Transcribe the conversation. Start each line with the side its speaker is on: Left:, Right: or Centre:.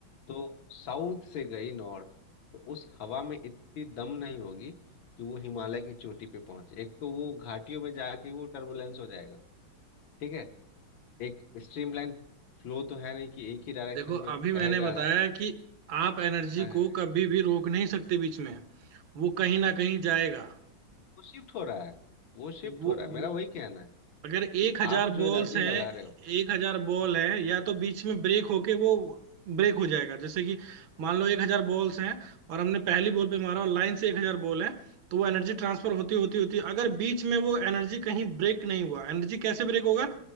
Left: तो साउथ से गई नॉर्थ तो उस हवा में इतनी दम नहीं होगी कि वो हिमालय की चोटी पे पहुंचे एक तो वो घाटियों में जाके वो टर्बुलेंस हो जाएगा ठीक है एक स्ट्रीमलाइन फ्लो तो है नहीं कि एक ही डायरेक्शन
Right: देखो
Left: में
Right: अभी
Left: बह
Right: मैंने
Left: जा
Right: बताया कि आप एनर्जी
Left: रहा है
Right: को कभी भी रोक नहीं सकते बीच में वो कहीं ना कहीं जाएगा
Left: वो शिफ्ट हो रहा है वो शिफ्ट
Right: वो,
Left: हो
Right: वो
Left: रहा है मेरा वही कहना है
Right: अगर एक
Left: कि
Right: हजार
Left: आप जो
Right: बॉल्स
Left: एनर्जी
Right: हैं
Left: लगा रहे हो
Right: एक हजार
Left: हम्म
Right: बॉल है या तो बीच में ब्रेक होके वो ब्रेक हो जाएगा जैसे कि मान लो एक हजार बॉल्स हैं और हमने पहली बॉल पे मारा और लाइन से एक हजार बॉल है तो वो एनर्जी ट्रांसफर होती होती होती अगर बीच में वो एनर्जी कहीं ब्रेक नहीं हुआ एनर्जी कैसे ब्रेक होगा